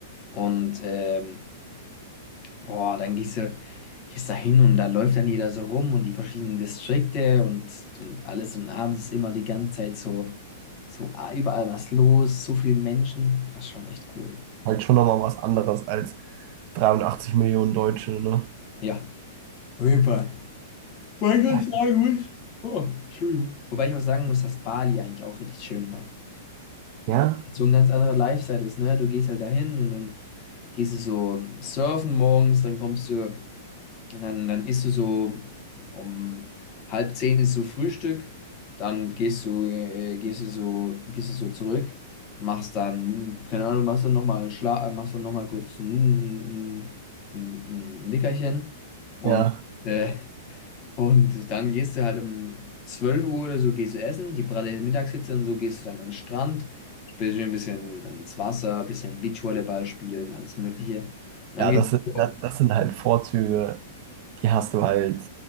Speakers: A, on the left (about 40°); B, on the right (about 45°).
A: Und ähm, Boah, dann gehst du, gehst da hin und da läuft dann jeder so rum und die verschiedenen Distrikte und, und alles und abends ist immer die ganze Zeit so, so a- überall was los, so viele Menschen. Das ist schon echt cool.
B: Halt schon nochmal was anderes als 83 Millionen Deutsche, ne?
A: Ja. Auf jeden Fall. Weil ich was
B: Ja.
A: sagen muss. Oh, Entschuldigung. Wobei ich auch sagen muss, dass Bali eigentlich auch richtig schön war.
B: Ja.
A: Weil es halt so ein ganz anderer Lifestyle ist, ne? Du gehst halt dahin und dann gehst du so surfen morgens, dann kommst du. Und dann, dann isst du so um halb zehn ist so Frühstück, dann gehst du, äh, gehst du so, gehst du so zurück, machst dann, keine Ahnung, machst dann nochmal einen Schla äh, machst dann noch mal kurz ein, ein, ein ein Nickerchen und,
B: Ja.
A: äh, und dann gehst du halt um 12 Uhr oder so, gehst du essen, die pralle Mittagshitze und so, gehst du dann an den Strand, spielst du ein bisschen ins Wasser, ein bisschen Beachvolleyball spielen, alles Mögliche. Und dann
B: Ja,
A: gehst
B: das sind,
A: du
B: das,
A: so
B: das sind halt Vorzüge, die hast du halt,